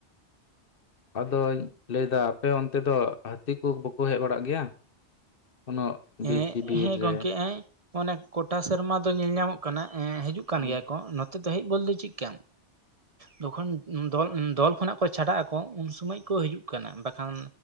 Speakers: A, on the left (about 55°); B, on the right (about 40°).
A: ᱟᱫᱚᱧ ᱞᱟᱹᱭᱫᱟ ᱟᱯᱮ ᱚᱱᱛ ᱛᱮ ᱫᱚ ᱦᱟᱹᱛᱤ ᱠᱚ ᱵᱟᱠᱚ ᱦᱮᱡ ᱵᱟᱲᱟᱜ ᱜᱮᱭᱟ? ᱠᱳᱱᱳ
B: ᱦᱮᱸ
A: ᱵᱤᱨ ᱡᱤᱵ ᱵᱤᱨ
B: ᱦᱮᱸ
A: ᱨᱮ?
B: ᱜᱚᱝᱠᱮ ᱚᱱᱮ ᱠᱚᱴᱟ ᱥᱮᱨᱢᱟ ᱫᱚ ᱧᱮᱞ ᱧᱟᱢᱚᱜ ᱠᱟᱱᱟ ᱮᱸ ᱦᱤᱡᱩᱜ ᱠᱟᱱ
A: ᱦᱮᱸ
B: ᱜᱮᱭᱟ ᱠᱚ ᱱᱚᱛᱼᱼ ᱛᱮ ᱫᱚ ᱦᱮᱡ ᱵᱚᱞ ᱫᱚ ᱪᱮᱫᱠᱟ ᱡᱚᱠᱷᱚᱱ ᱫᱚ ᱫᱚᱞ ᱠᱷᱚᱱᱟᱜ ᱠᱚ ᱪᱷᱟᱰᱟᱜ ᱟᱠᱚ ᱩᱱ ᱩᱱ ᱥᱩᱢᱟᱹᱡ ᱠᱚ ᱦᱤᱡᱩᱜ ᱠᱟᱱᱟ ᱵᱟᱠᱷᱟᱱ